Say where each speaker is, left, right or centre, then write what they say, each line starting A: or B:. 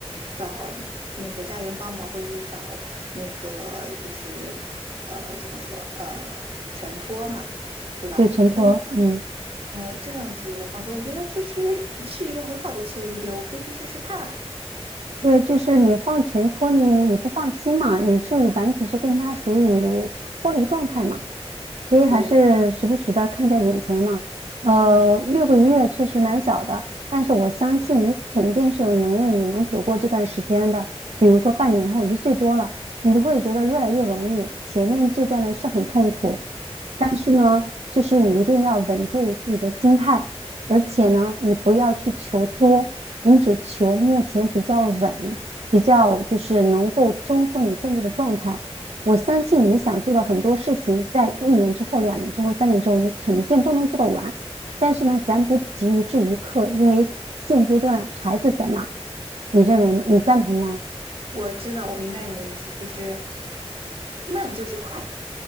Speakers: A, on the right; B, on the right.
A: 找那个家人帮忙，或者是找那个就是呃怎么说呃全托嘛，对吧？
B: 对全托，
A: 那么
B: 嗯，
A: 呃这样子的一个方式，我觉得这是是一个很好的切入点，我可以去试试看。
B: 对，就是你放全托你你不放心嘛，你是完全是跟他属于脱离状态嘛。所以还是时不时的看在眼前嘛。
A: 对，
B: 呃，
A: 嗯，
B: 六个月确实蛮小的，但是我相信你肯定是有能力，你能走过这段时间的。比如说半年后一岁多了，你就会觉得越来越容易，前面这段呢是很痛苦。但是呢，就是你一定要稳住自己的心态，而且呢，你不要去求多，你只求目前比较稳，比较就是能够中和你现在的状态。我相信你想做的很多事情，在一年之后、两年之后、三年之后，你肯定都能做得完。但是呢，咱不急于这一刻，因为现阶段孩子在那，你认为吗？你赞同吗？
A: 我知道，我明白你的意思，就是慢就是快。